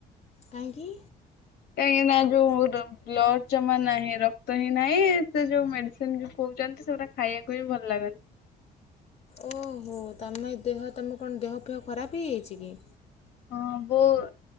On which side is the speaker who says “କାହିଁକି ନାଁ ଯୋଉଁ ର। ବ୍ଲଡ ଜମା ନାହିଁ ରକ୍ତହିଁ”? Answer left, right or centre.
Left